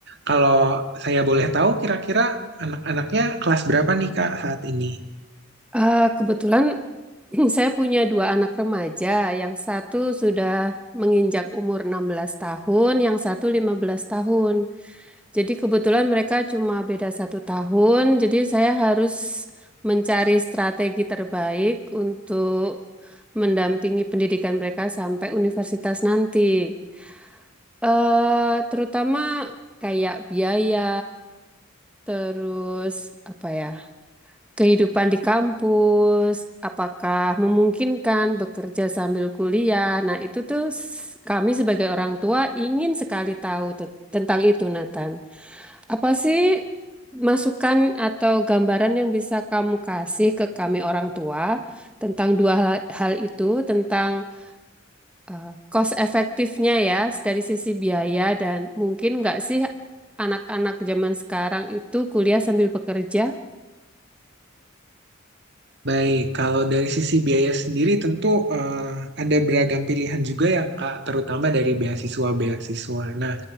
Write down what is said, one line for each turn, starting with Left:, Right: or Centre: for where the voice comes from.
Right: Kalau saya boleh tahu, kira-kira anak-anaknya kelas berapa nih, Kak, saat ini?
Centre: Eh, kebetulan <laughs> <clears throat> Saya punya dua anak remaja, yang satu sudah menginjak umur 16 tahun, yang satu 15 tahun. Jadi kebetulan mereka cuma beda satu tahun, jadi saya harus mencari strategi terbaik untuk mendampingi pendidikan mereka sampai universitas nanti. eh terutama kayak biaya, terus apa ya? kehidupan di kampus, apakah memungkinkan bekerja sambil kuliah. Nah, itu tuh s- kami sebagai orang tua ingin sekali tahu te- tentang itu, Nathan. Apa sih masukan atau gambaran yang bisa kamu kasih ke kami orang tua tentang dua hal, hal itu, tentang eh, cost efektifnya ya dari sisi biaya dan mungkin nggak sih anak-anak zaman sekarang itu kuliah sambil bekerja?
Right: Baik, kalau dari sisi biaya sendiri tentu eh, ada beragam pilihan juga ya Kak, terutama dari beasiswa-beasiswa. Nah,